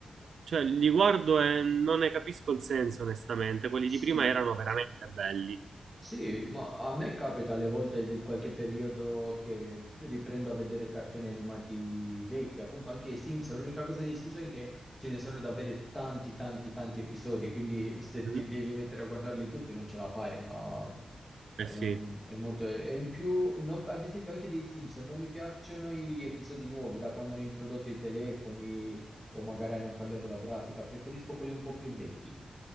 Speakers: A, on the right; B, in the centre.
A: cioè li guardo e non ne capisco il senso, onestamente, quelli
B: sì,
A: di prima erano veramente belli.
B: Sì, ma a me capita alle volte di qualche periodo che riprendo a vedere cartoni animati vecchi, appunto anche i Simpson. L'unica cosa dei Simpson è che ce ne sono davvero tanti, tanti, tanti episodi, quindi se
A: Mhm.
B: ti devi mettere a guardarli tutti non ce la fai. ah,
A: Eh
B: cioè,
A: sì.
B: non- è molto- e in più, non- ad esempio anche dei Simpson, non mi piacciono gli episodi nuovi, da quando hanno introdotto i telefoni o magari hanno cambiato la grafica, preferisco quelli un po' più vecchi.